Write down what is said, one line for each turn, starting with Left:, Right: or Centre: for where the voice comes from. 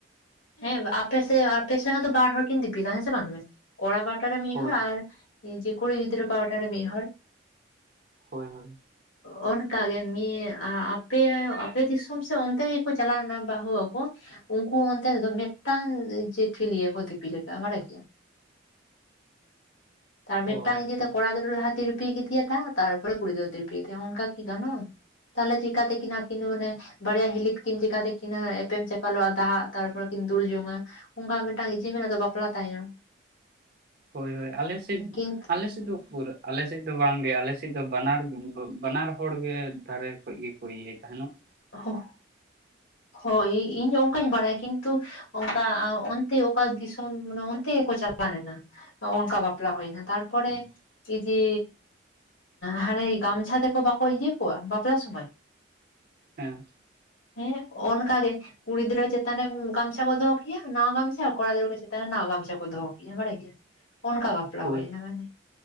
Left: ᱦᱮᱸ ᱟᱯᱮᱥ ᱟᱯᱮ ᱥᱮ ᱦᱚᱸᱛᱚ ᱵᱟᱨ ᱦᱚᱲ ᱠᱤᱱ ᱫᱤᱯᱤᱞᱟ ᱥᱮ ᱵᱟᱝ ᱢᱮ ᱠᱚᱲᱟ ᱵᱟᱴᱟᱨ ᱨᱮ ᱢᱤᱫ
Right: ᱦᱳᱭ
Left: ᱦᱚᱲ ᱟᱨ ᱤ ᱡᱮ ᱠᱩᱲᱤ ᱜᱤᱫᱽᱨᱟᱹ ᱯᱟᱳᱴᱟ ᱨᱮ ᱢᱤᱫ ᱦᱚᱲ
Right: ᱦᱳᱭ ᱦᱳᱭ
Left: ᱚ ᱚᱱᱠᱟᱜᱮ ᱢᱤᱫ ᱟᱯᱮ ᱟᱯᱮ ᱫᱤᱥᱚᱢ ᱥᱮ ᱚᱱᱛᱮ ᱜᱮᱠᱚ ᱪᱟᱞᱟᱣᱱᱟ ᱵᱟᱹᱦᱩ ᱟᱜᱩ ᱩᱱᱠᱩ ᱚᱱᱛᱮ ᱨᱮᱫᱚ ᱫᱚᱢᱮᱼᱼ ᱢᱤᱫ ᱴᱟᱝ ᱡᱮ ᱴᱷᱤᱞᱤ ᱜᱮ ᱠᱚ ᱫᱤᱯᱤᱞ ᱞᱟᱜ ᱟ ᱢᱟᱱᱮ <inaudible> ᱟᱨ ᱢᱤᱫ
Right: ᱚ
Left: ᱴᱟᱝ
Right: ᱟᱪᱪᱷᱟ
Left: ᱜᱮᱛᱚ ᱠᱚᱲᱟ ᱜᱤᱫᱽᱨᱟᱹ <inaudible> ᱛᱤᱨᱯᱤᱭ ᱜᱮ ᱫᱤᱭᱟ, ᱛᱟᱨᱯᱚᱨ ᱠᱩᱲᱤ ᱫᱚ ᱛᱤᱨᱯᱤᱭ ᱫᱤᱭ ᱚᱱᱠᱟ ᱠᱤ ᱜᱟᱱᱚᱜᱼᱟ ᱛᱟᱦᱞᱮ ᱪᱤᱼᱼ ᱼᱼᱠᱟᱛᱮ ᱟᱹᱠᱤᱱᱟ ᱢᱟᱱᱮ ᱵᱟᱨᱭᱟ ᱦᱤᱞᱤ ᱛᱩᱠᱤᱱ ᱪᱤᱠᱟᱛᱮ ᱠᱤᱱᱟᱹ ᱮᱯᱮᱢ ᱪᱟᱯᱟᱞᱚᱜᱼᱟ ᱾ ᱛᱟᱦᱟᱸ ᱛᱟᱨᱯᱚᱨ ᱠᱤᱱ ᱫᱩᱞ ᱡᱚᱝᱟ ᱚᱱᱠᱟ ᱢᱤᱫᱴᱟᱝ ᱡᱤᱢ ᱫᱚ ᱵᱟᱯᱞᱟ ᱛᱟᱭᱚᱢ ᱾
Right: ᱦᱳᱭ ᱦᱳᱭ ᱟᱞᱮᱥᱮᱫ
Left: ᱠᱤᱱᱛᱩ
Right: ᱟᱞᱮᱥᱮᱫ ᱫᱚ ᱯᱩᱨᱟᱹ ᱟᱞᱮᱥᱮᱡ ᱫᱚ ᱵᱟᱝᱜᱮ ᱟᱞᱮᱥᱮᱡ ᱫᱚ ᱵᱟᱱᱟᱨ, ᱵᱟᱱᱟᱨ ᱦᱚᱲ ᱜᱮ ᱫᱷᱟᱨᱮ ᱠᱷᱚᱡ ᱜᱮᱠᱚ ᱤᱭᱟᱹᱭ ᱛᱟᱦᱮᱸᱱᱚᱜ ᱾
Left: ᱦᱚ ᱦᱚ ᱤᱧ ᱦᱚᱸ ᱚᱱᱠᱟᱧ ᱵᱟᱲᱟᱭᱟ ᱠᱤᱱᱛᱩᱼᱼ ᱚᱱᱠᱟ ᱚᱠᱟ ᱫᱤᱥᱚᱢ ᱚᱱᱛᱮ ᱜᱮᱠᱚ ᱪᱟᱞᱟᱣ ᱞᱮᱱᱟ ᱾ ᱚᱱᱠᱟ ᱵᱟᱯᱞᱟ ᱦᱩᱭᱱᱟ ᱛᱟᱨᱯᱚᱨᱮ ᱡᱮ ᱦᱟᱱᱮ ᱜᱟᱢᱪᱷᱟ ᱛᱮᱠᱚ ᱵᱟᱠᱚ ᱤᱭᱟᱹ ᱠᱚᱣᱟ ᱵᱟᱯᱞᱟ ᱥᱚᱢᱚᱭ
Right: ᱦᱮᱸ
Left: ᱦᱮᱸ ᱚᱱᱠᱟᱜ ᱞᱤᱧ ᱠᱩᱲᱤ ᱜᱤᱫᱽᱨᱟᱹ ᱪᱮᱛᱟᱱ ᱨᱮ ᱜᱟᱢᱪᱷᱟ ᱠᱚ ᱫᱚᱦᱚ ᱠᱮᱭᱟ ᱱᱟᱣᱟ ᱜᱟᱢᱷᱟ ᱜᱤᱫᱽᱨᱟᱹ ᱠᱚ ᱪᱮᱛᱟᱱ ᱨᱮ ᱱᱟᱣᱟ ᱜᱟᱢᱪᱷᱟ ᱠᱚ ᱫᱚᱦᱚ ᱠᱮᱭᱟ ᱵᱟᱲᱟ ᱜᱮ ᱾ ᱜᱮᱭᱟ ᱩᱱᱠᱟ ᱵᱟᱠᱼᱼ ᱥᱟᱯᱲᱟᱣ
Right: ᱦᱳᱭ
Left: ᱦᱩᱭᱱᱟ ᱢᱟᱱᱮ